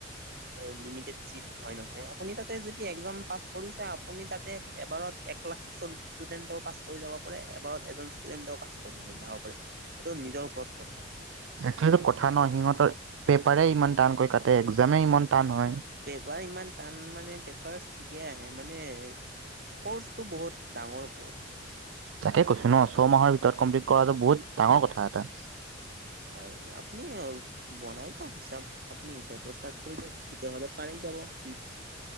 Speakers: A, on the right (about 55°); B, on the right (about 80°).
A: এ, লিমিটেড চিট হয় নহয়, আপুনি তাতে যদি একজাম পাছ কৰিছে আপুনি তাতে এবাৰত এক লাখ চল্লিশ ষ্টুডেণ্টেও পাছ কৰি যাব পাৰে, এবাৰত এজন ষ্টুডেণ্টেও পাছ কৰি যাব পাৰে। এইটো নিজৰ ওপৰত কথা।
B: সেইটোৱেতো কথা ন সিহঁতৰ পেপাৰে ইমান টানকৈ কাটে একজামেই ইমান টান হয়।
A: পেপাৰ ইমান টান মানে পেপাৰ ঠিকে আহে মানে কৰ্চটো বহুত ডাঙৰ কৰ্চ।
B: তাকে কৈছো ন ছয়মাহৰ ভিতৰত কমপ্লিট কৰাটো বহুত ডাঙৰ কথা এটা।
A: হয়, আপুনি বনাই পাহ হিচাপ আপুনি এতিয়াৰ পৰা ষ্টাৰ্ট কৰি দিয়ক তেতিয়া হলে পাৰেই যাব, কি